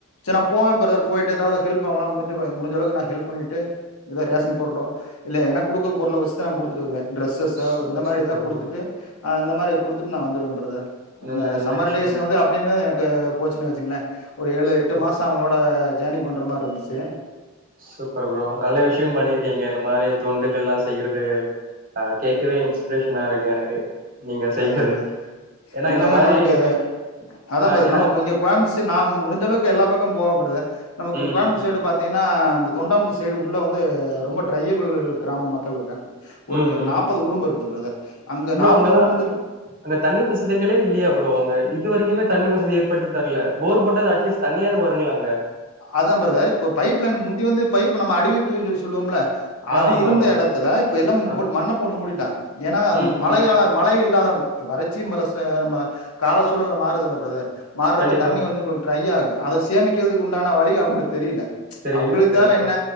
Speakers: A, on the left (about 80°); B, on the right (about 40°).
A: சேர் நா போவே ப்ரதர் போயிட்டு எதாது ஹெல்ப்பு பண்ணலா முடிஞ்ச ப முடிஞ்ச அளவுக்கு நா ஹெல்ப் பண்ணிட்டு எதா ரேஷன் பொருளோ இல்ல எனக்கு குடுக்க பொருள வச்சுதா நா குடுத்துட்ருக்க ட்ரெஸ்ஸஸ்ஸா
B: சூப்பர்
A: இந்த மாரி
B: சூப்பர்
A: எதா குடுத்துட்டு
B: ப்ரோ
A: ஆ இந்த மாரி குடுத்துட்டு நா வந்துருவ ப்ரதர் அந்த
B: நல்ல நல்ல
A: சம்மர்
B: விஷயம்
A: டேஸ வந்து அப்டி இருந்தாதா எனக் கு போச்சுன் வச்சுங்களே ஒரு ஏழு
B: சூப்பர்
A: எட்டு மாசொ அவுங்களோட ஜேனி பண்ற மாரி இருந்துச்சி
B: சூப்பர் ப்ரோ நல்ல விஷயம் பண்ணிருக்கீங்க நம் ந்த மாரி தொண்டுகள்லாம் செய்யறது வந்து ஆஹ் கேட்கவே இன்ஸ்பிரேஷன் ன்ன கிடைக்குது எனக்கு நீங்க செய்யறது
A: அத
B: ஏன்னா
A: இன்னுமே
B: இந்த மாரி
A: நமக்கு
B: விஷ்
A: அதான்
B: ஆ
A: பதர்
B: ஏன்னா
A: நமக்கு இங்க குயம்புத் ஸ்சைட் நான் முடிஞ்சளவுக்கு எல்லா பக்கம் போவ நம்ம கோயம்புத்
B: ம் ம்
A: சைடு பாத்தீங்கனா ன்னா அந்த தொண்டாமுதுர் சைடு உள்ள வந்து ரொம்ப ட்ரையபிள் க்ராம மக்கள் இருக்காங்க ஒரு
B: ம் ம்
A: நாப்பது குடும்ப இருக்கு பிரதர் அங்க
B: ப்ரோ
A: நாப்பது
B: அங்கெல்லா
A: குடும்ப
B: அங்க தண்ணி வசதிகளே இல்லியா ப்ரோ அங்க இது வரிக்குமே தண்ணி வசதி ஏற்படுத்தி தரல போர் உர் பொட்டது அட்லீஸ் தண்ணியாது வருங்களாங்க
A: அதான் ப்ரதர் இப்ப பைப் லைன் முந்தி வந்து பைப் நம்ம அடி பைப்ன்னு சொல்லி சொல்லுவோம்ல
B: ஆ
A: அது
B: ஆமா
A: இருந்த
B: ஆமா
A: இடத்துல இப்ப எல்லாமும்
B: ஆ
A: போட் மண்ண போட்டு மூடிட்டாங்க ஏன்னா
B: ம்
A: மழை
B: ம்
A: கால மழை இல்லாத வறட்சி மலச நம்ம கால சூழ்நல மாறுதல்ல ப்ரதர் மார்றப்பே
B: கண்டிப்பா
A: தண்ணி வந்து உங்களுக் ட்ரை ஆகு அத சேமிக்கிறதுக் கொண் கான வழி அவங்ளுக் தெரில
B: தெரியல
A: அவங்களுக்
B: கண்டிப்பா
A: தேவ என்ன